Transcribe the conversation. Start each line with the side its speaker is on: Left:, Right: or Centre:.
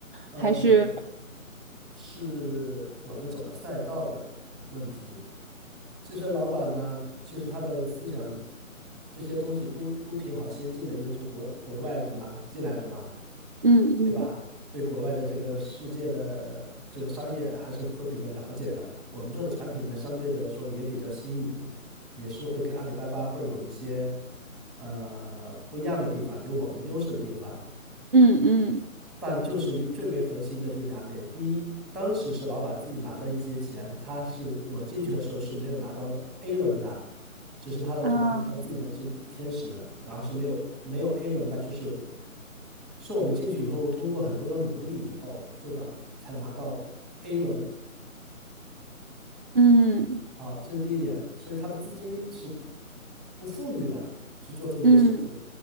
Centre: 呃，
Right: 还是
Centre: 是我们走的赛道的问题，其实老板呢，其实他的思想这些东西都都挺好先进的，因为从国国外什么进来的嘛，
Right: 嗯嗯
Centre: 对吧？对国外的这个世界的这个商业还是会比较了解的。我们做的产品呢，相对的说也比较新颖，也是会跟阿里巴巴会有一些呃不一样的地方，有我们的优势的地方。
Right: 嗯嗯
Centre: 但就是一最为核心的就是两点：第一，当时是老板自己拿了一些钱，他是我进去的时候是没有拿到 A 轮的，只是他的朋友他自己的是天使，
Right: 啊
Centre: 然后是没有没有 A 轮的，就是是我们进去以后通过很多的努力以后，这的才拿到 A 轮。
Right: 嗯
Centre: 啊，这是第一点，所以他的资金是不富裕的去做这件事情。
Right: 嗯